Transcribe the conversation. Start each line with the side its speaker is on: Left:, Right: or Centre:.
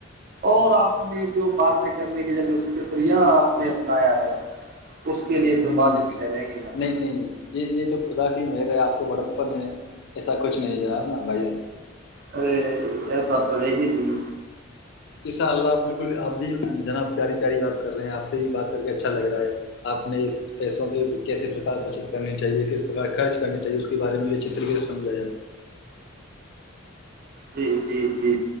Right: اور آپ نے جو باتیں کرنے کے جو نسختریا آپ نے اپنایا ہے <unintelligible>
Left: ہ
Right: تو
Left: نہیں
Right: واجب ٹھہریں گے آپ
Left: نہیں نہیں یہ یہ تو <unintelligible> خدا کی میرے آپ کو بڑپن ہے ایسا کچھ نہیں ہے جناب نا بھائی جان
Right: ارے ای سات وجے ہی نہیں
Left: انشاءاللہ بالکل اپ بھی جناب پیاری پیاری بات کر رہے ہیں اپ سے بات کر کے اچھا لگ رہا ہے اپ <unintelligible> پیسوں کی کیسے ٹرکار بچت کرنی چاہیے کس کرنی چاہیے اس کے بارے میں بھی اچھے طریقے سے سمجھا جائے <unintelligible>
Right: جی جی جی